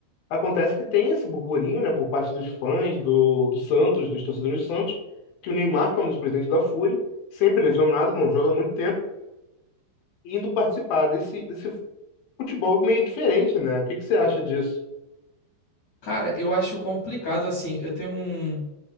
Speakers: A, on the left (about 75°); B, on the left (about 45°).
A: Acontece que tem esse burburinho, né, por parte dos fãs do, do Santos, dos torcedores do Santos, que o Neymar, que é um dos presidentes da Fúria sempre lesionado, não joga há muito tempo, indo participar desse, desse futebol meio diferente, né? O que que você acha disso?
B: Cara, eu acho complicado assim. Eu tenho um